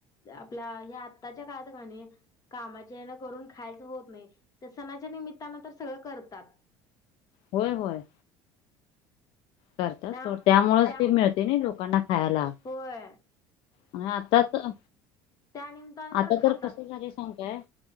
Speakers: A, on the left; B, on the left.
A: आपल्या या आत्ताच्या काळात कणी कामाच्या हेन करून खायचं होत नाही, तर सणाच्या निमित्तानं तर सगळं करतात.
B: होय होय. करत्यात
A: त्या
B: सोड. त्यामुळेच
A: त्या
B: ते मिळते नाई ते लोकांना खायला.
A: होय.
B: आणि आता तर
A: त्या निमित्तानं
B: आता
A: खातात
B: तर कस झालय सांगु काय?